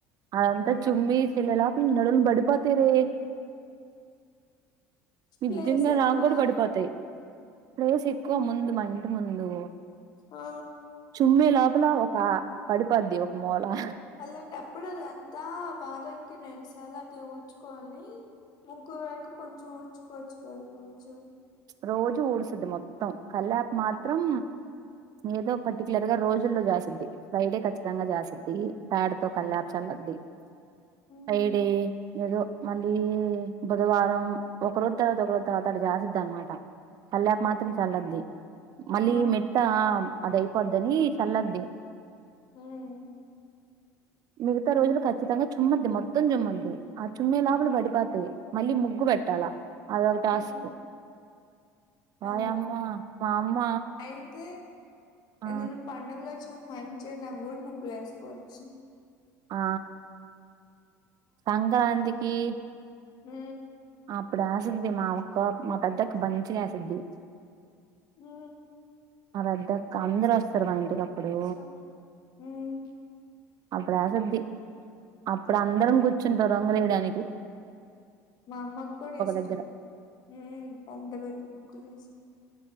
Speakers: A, on the right (about 45°); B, on the left (about 50°).
A: అదంతా
B: ఉమ్
A: చుమ్మి ఇల్లెలాపి నడుము బడిపతరే నిజ్యంగా
B: ప్లేస్ ఎక్కువ
A: నాకు కూడా పడిపోతాయి. ప్లేస్ ఎక్కువ ముందు మా ఇంటి ముందు
B: ఆ
A: చుమ్మీ లోపల ఒక పడిపోద్ది ఒక మూలా
B: పల్లండి అప్పుడు అద అంతా వారానికి రెండు సార్లు అట్లా ఊడ్చుకొని ముగ్గు వరకు కొంచెం ఉచ్చుకోవచ్చు కదా రోజు
A: రోజు ఊడుస్తుది మొత్తం కళ్ళపు మాత్రం ఏదో పర్టూక్యులర్ గా రోజుల్లో జసిద్ది బైట్రై ఖచ్చితంగా చేస్తుద్ది పేడతో కల్ళపు చల్లద్ది
B: ఉమ్
A: ఫ్రైడే ఏదో మళ్ళీ బుధవారం ఒకరోోజు తర్వాత ఒక రోజు తర్వాత అట్ట చేసిది అనమాట కళ్ళాపి మాత్రం చల్లింది మళ్ళీ
B: ఆ
A: మెత్త అదయిపోద్దని చల్లద్ది
B: హ్మ్మ్
A: మిగతా రోజులు ఖచ్చితంగా చుమ్మింది మొత్తం చుమ్మంది ఆ చుమ్మే లాభాలు
B: ఉమ్
A: పడిపోతాయి మళ్ళీ ముగ్గు పెట్టాలా అదొక టాస్క్
B: ఉమ్,
A: వాయమ్మ
B: అదే కదా
A: మా అమ్మ
B: అయితే
A: ఆ
B: ఏదయినా పండుగలు వచ్చిన మంచి రంగులు ముగ్గులు వేసుకోవచ్చు
A: ఆ సంక్రాంతికి
B: హ
A: అప్పుడు ఆసిద్ది మా ఒక్క మా పెద్దక్క మంచిగా ఏసిద్ది
B: హ
A: ఆ పేద్దక్కఅందరు వస్తారు. మా ఇంటికి అప్పుడు
B: ఇష్టం. హ్మ్.
A: అప్పుడా సిద్ధి అప్పుడు అందరం కూర్చుంటాం రంగులు వేయడానికి
B: మా అమ్మకు కూడా ఇష్టం.
A: దగ్గర
B: హ్మ్మ్ పెద్ద పెద్ద ముగ్గులు ఎస్సిద్ధి